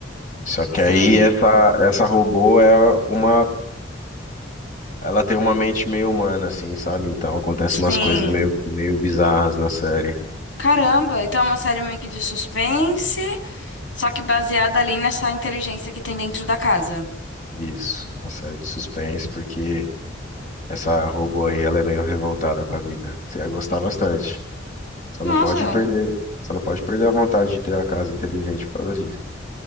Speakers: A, on the left; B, on the left.
A: Só que
B: sim,
A: aí essa essa robô é uma, ela tem uma mente meio humana assim, sabe? Então acontece
B: sim.
A: umas coisas meio meio bizarras na série.
B: Caramba, então é uma série meio que de suspense, só que baseada ali nessa inteligência que tem dentro da casa.
A: Isso, uma série de suspense porque essa robô aí ela é meio revoltada com a vida. Você ia gostar bastante. Só
B: Nossa,
A: não pode perder, só não pode perder a vontade de ter a casa inteligente por causa disso.